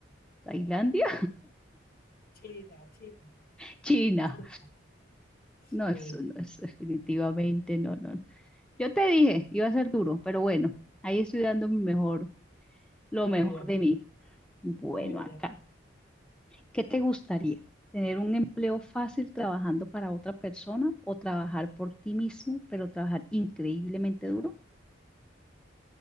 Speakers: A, in the centre; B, on the left (about 50°).
A: Tailandia,
B: China, China,
A: <laughs> China.
B: China. Sí,
A: No, eso no, eso definitivamente no, no. no. Yo te dije, iba a ser duro, pero bueno, ahí estoy dando mi mejor, lo
B: muy
A: mejor
B: bien,
A: de mí. Bueno,
B: muy
A: acá.
B: bien.
A: ¿Qué te gustaría? ¿Tener un empleo fácil trabajando para otra persona o trabajar por ti mismo, pero trabajar increíblemente duro?